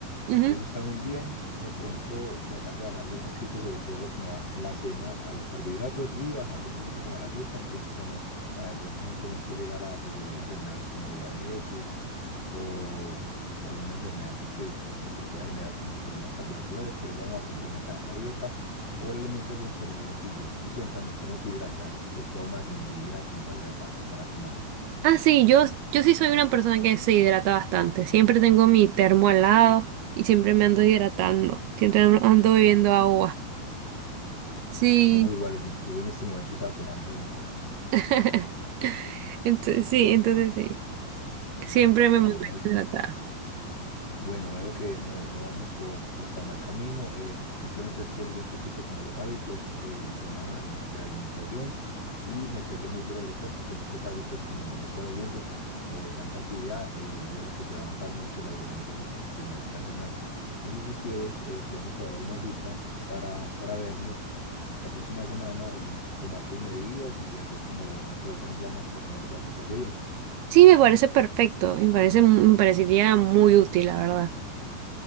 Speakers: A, on the right; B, on the left.
A: Ujú.
B: Eso está muy bien. De pronto tratar de bajarle un poquito, sobre todo como a- en la cena, a los carbohidratos y bajarle un poquito como al azúcar, pues como para de pronto no tener que llegar a sufrir enfermedades como diabetes o, o alguna enfermedad pues que, que te pueda generar como problemas cardiovasculares. Por eso vamos a complementar la dieta o la alimentación con el ejercicio. Y cuéntame cómo te hidratas, qué tomas en el día, cómo para hidratarte para tomar.
A: Ah, sí, yo, yo sí soy una persona que se hidrata bastante. Siempre tengo mi termo al lado y siempre me ando hidratando. Siempre ando ando bebiendo agua. Sí.
B: Somos iguales, incluso en este momento estaba tomando de mi termo.
A: <laughs> Entonces, sí, entonces sí. Siempre me
B: Ah,
A: mantengo
B: bueno, bien.
A: hidratada.
B: Bueno, veo que no, no vamos por, por tan mal camino, eh, simplemente es pulir un poquito como los hábitos, eh, el tema de, de la alimentación y meterle muy duro al deporte, que en este caso, pues como no estás haciendo eh, tanta actividad, eh, yo creo que se va a notar mucho la diferencia en las primeras semanas. Entonces, si quieres, eh, podemos cuadrar una cita para, para vernos la próxima semana y tomar tus medidas y hacer como un plan ya más personalizado, ¿te parece bien?
A: Sí, me parece perfecto. Me parece, me parecería muy útil, la verdad.